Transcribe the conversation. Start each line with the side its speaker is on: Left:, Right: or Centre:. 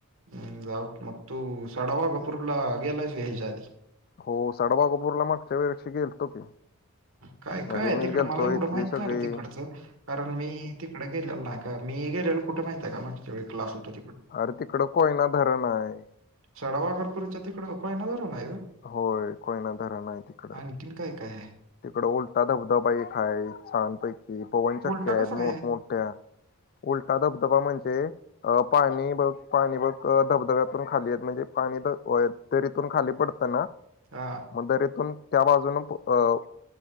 Right: हम्म जाऊ की मग. तु सडावागपूरला गेला आहेस काय हेच्या आधी.
Left: हो सडावाकपूरला मागच्या वर्षी गेलतो की.
Right: काय
Left: म्हणजे
Right: काय हाय
Left: मी
Right: तिकडं
Left: गेलतो
Right: मला एवढं
Left: इथली
Right: माहित
Left: सगळी
Right: नाही रे तिकडचं कारण मी ति तीकडं गेल्यालो नाही का मी गेलेला कुठं माहिती हाय का मागच्या व क्लास हुता
Left: अरं तिकडं कोयना धरण हाय
Right: सडावागापूरच्या तिकडं कोयना धरण हाय होय?
Left: होय कोयना धराण आहे तिकडं
Right: आणखीन काय काय आहे
Left: तिकडं उलटा धबधबा एक हाय छानपैकी पवन चक्क्या
Right: उलटा
Left: आहेत
Right: कसा काय
Left: मोठमोठ्या
Right: आहे
Left: उलटा धबधबा म्हणजे अ पाणी बघ पाणी बघ धबधब्यातून खाली येत म्हणजे पाणी तरीपण खाली पडत तना
Right: हा
Left: म दरीतून त्या बाजूनं अं